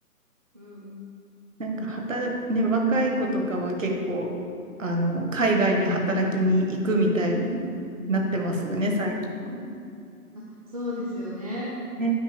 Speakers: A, on the right; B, on the right.
A: ど。うん。
B: なんか働、
A: うん。
B: ね、若い子とかは結構、あの、海外に働きに行くみたいになってますよね、
A: うんうん
B: 最近は。
A: あ、そうですよね。
B: ね